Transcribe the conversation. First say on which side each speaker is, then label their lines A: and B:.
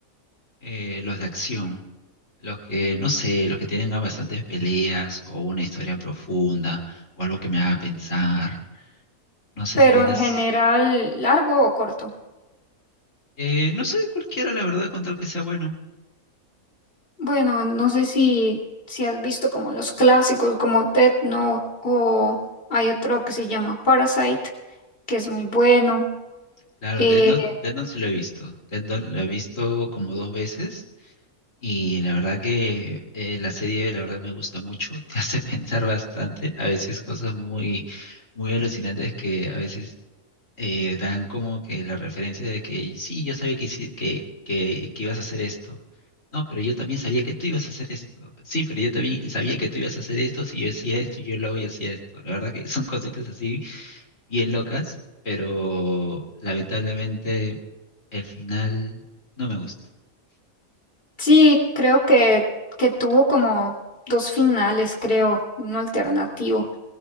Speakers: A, on the left; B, on the left.
A: Eh, los de acción, los que, no sé, los que tengan bastantes peleas o una historia profunda o algo que me haga pensar. No sé
B: pero
A: si tienes,
B: en general, largo o corto.
A: eh, no sé, cualquiera, la verdad, con tal que sea bueno.
B: Bueno, no sé si, si has visto como los clásicos como Death Note o hay otro que se llama Parasite, que es muy bueno.
A: Claro,
B: Eh,
A: Death Note, Death Note sí lo he visto. Death Note lo he visto como dos veces y la verdad que eh, la serie, la verdad, me gusta mucho. <laughs> Te hace pensar bastante, a veces cosas muy, muy alucinantes que a veces eh, dan como que la referencia de que sí, yo sabía que, hici- que, que, que ibas a hacer esto. No, pero yo también sabía que tú ibas a hacer esto. Sí, pero yo también sabía que tú ibas a hacer esto si yo hacía esto y yo luego yo hacía esto. La verdad que <laughs> son cositas así bien locas, pero lamentablemente el final no me gustó.
B: sí, creo que, que tuvo como dos finales, creo, uno alternativo.